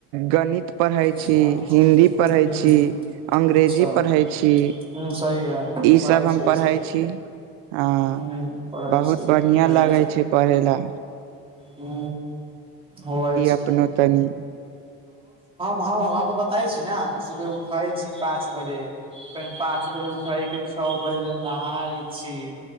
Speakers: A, on the right; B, on the right.
A: गणित पढ़ै
B: अच्छा
A: छी हिन्दी पढ़ै
B: हूँ
A: छी अंग्रेजी
B: अच्छा
A: पढ़ै छी।
B: हूँ सही है
A: इ
B: पढ़ै
A: सब हम
B: छियै
A: पढ़े
B: ई सब
A: छी अ
B: हुं पढ़ै
A: बहुत
B: छियै
A: बढ़िया लगे छै। पढ़ै ल।
B: हू। होआइ छी।
A: अपनो तनी
B: वहाँ वःबताइछी ने त सुबह उठै छी पाँच बजे फेर पाँच बजे उठै के। छओ बजे नहाय छी